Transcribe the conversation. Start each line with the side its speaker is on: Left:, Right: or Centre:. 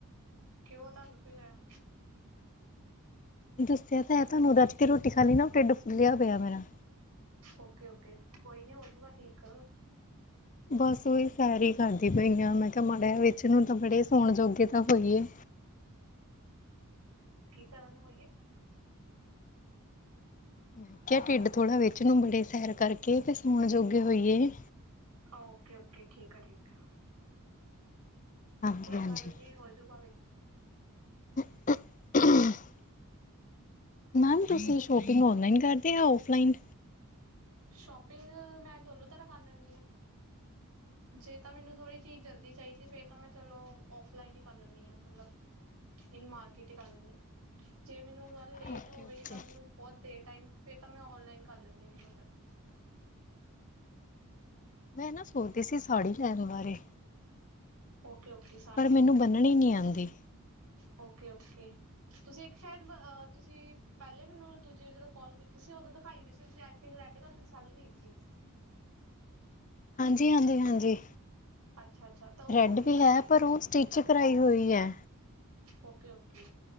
Right: ਕਿਉਂ, ਤੁਹਾਨੂੰ ਕੀ ਹੋਇਆ।
Left: ਦੱਸਿਆ ਤਾਂ ਹੈ, ਤੁਹਾਨੂੰ ਰੱਜ ਕੇ ਰੋਟੀ ਖਾ ਲਈ ਨਾ ਉਹ ਢਿੱਡ ਫੁੱਲਿਆ ਪਿਆ ਮੇਰਾ।
Right: ਓਕੇ -ਓਕੇ ਕੋਈ ਨ ਹੋਜੂਗਾ ਠੀਕ।
Left: ਬਸ, ਉਹੀ ਸੈਰ ਹੀ ਕਰਦੀ ਪਈ ਹਾਂ, ਮੈਂ ਕਿਹਾ, ਮਾੜਾ ਵਿੱਚ ਨੂੰ ਤਾਂ ਬੜੇ ਸੋਣ ਜੋਗੇ ਤਾਂ ਹੋਈਏ।
Right: ਕੀ ਕਰਨ ਨੂੰ ਹੋਈਏ?
Left: ਮੈਂ ਕਿਹਾ, ਢਿੱਡ ਥੋੜਾ ਵਿਚ ਨੂੰ ਬੜੇ ਸੈਰ ਕਰਕੇ ਤੇ ਸੌਣ ਜੋਗੇ ਹੋਈਏ।
Right: ਓਕੇ- ਓਕੇ ਠੀਕ ਆ, ਠੀਕ ਆ।
Left: ਹਾਂਜੀ
Right: ਕੋਈ
Left: ਹਾਂਜੀ
Right: ਗੱਲ ਨੀ ਹੋਜੂਗਾ ਵੇਖ-
Left: <inaudible> ਮੈਮ, ਤੁਸੀਂ
Right: ਹੋਰ
Left: ਸ਼ੋਪਿੰਗ ਔਨਲਾਈਨ ਕਰਦੇ ਆ ਔਫਲਾਈਨ।
Right: ਸ਼ੋਪਿੰਗ ਮੈਂ ਦੋਨੋਂ ਤਰ੍ਹਾਂ ਕਰ ਲੈਂਦੀ ਹਾਂ। ਜੇ ਤਾਂ ਮੈਨੂੰ ਥੋੜ੍ਹੀ ਚੀਜ਼ ਜਲਦੀ ਚਾਹੀਦੀ, ਫੇਰ ਤਾਂ ਮੈਂ ਚਲੋ ਔਫਲਾਈਨ ਹੀ ਕਰ ਲੈਂਦੀ ਹਾਂ ਮਤਲਬ। ਇਨ ਮਾਰਕੀਟ ਗੱਲ ਨ ਜੇ ਮੈਨੂੰ ਉਹ ਲੇਟ
Left: ਓਕੇ
Right: ਹੋਵੇ
Left: ਓਕੇ
Right: ਜਿੱਦਾਂ ਮੈਨੂੰ ਬਹੁਤ ਦੇਰ ਟਾਈਮ ਫੇਰ ਤਾਂ ਮੈਂ ਔਨਲਾਈਨ ਕਰ ਲੈਂਦੀ ਹੁੰਡਰ
Left: ਮੈਂ ਨਾ ਸੋਚਦੀ ਸੀ ਸਾੜੀ ਲੈਣ ਬਾਰੇ
Right: ਓਕੇ ਓਕੇ ਸਾੜੀ
Left: ਪਰ ਮੈਨੂੰ ਬੰਨਣੀ ਨਹੀਂ ਆਉਂਦੀ
Right: ਓਕੇ ਓਕੇ ਤੁਸੀਂ ਇੱਕ ਸ਼ਾਇਦਹ ਤੁਸੀਂ ਪਹਿਲੇ ਮੈਨੂੰ ਦੂਜੀ ਜਦੋਂ ਕਾਲ ਕੀਤੀ ਸੀ ਉਦੋਂ ਦਿਖਾਈ ਵੀ ਸੀ ਸਿੰਘ ਰੈਡ ਕਲਰ ਦੀ ਸਾਾਲੀ ਲਈ ਸੀ
Left: ਹਾਂਜੀ ਹਾਂਜੀ ਹਾਂਜੀ
Right: ਅੱਛਾ ਅੱਛਾ ਤਾਂ ਉਹ
Left: ਰੈਡ
Right: ਕਿੱਦਾਂ
Left: ਵੀ
Right: ਸੀ
Left: ਹੈ ਪਰ ਉਹ ਸਟਿਚ ਕਰਾਈ ਹੋਈ ਹੈ
Right: ਓਕੇ ਓਕੇ